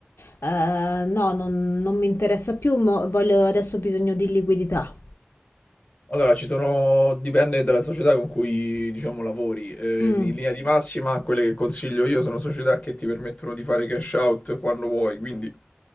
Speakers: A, on the left; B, on the left.
A: eh, no, non, non mi interessa più, mo- voglio, adesso ho bisogno di liquidità.
B: Allora, ci sono dipende dalla società con cui, diciamo, lavori. Eh,
A: Mm.
B: in linea di massima, quelle che consiglio io sono società che ti permettono di fare cash out quando vuoi, quindi